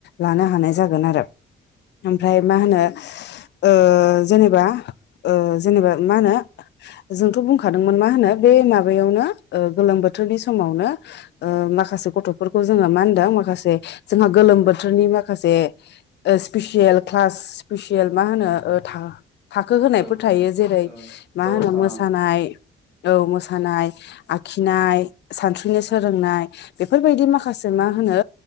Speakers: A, on the left (about 60°); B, in the centre.
A: लानो हानाय जागोन आरो ओमफ्राय मा होनो ओ जेनेबा ओ जेनेबा मा होनो जोंथ' बुंखादोंमोन मा होनो बे माबायावनो गोलोम बोथोरनि समावनो ओ
B: औ
A: माखासे गथ' फोरखौ जोङो मा होनदों माखासे जोंहा गोलोम बोथोरनि माखासे स्पिसियेल क्लास स्पिसियेल मा होनो था-थाखो होनायफोर
B: औ
A: थायो जेरै
B: औ
A: मा
B: जर'खा
A: होनो मोसानाय औ मोसानाय आखिनाय, सानस्रिनो सोलोंनाय बेफोर बायदि माखासे मा होनो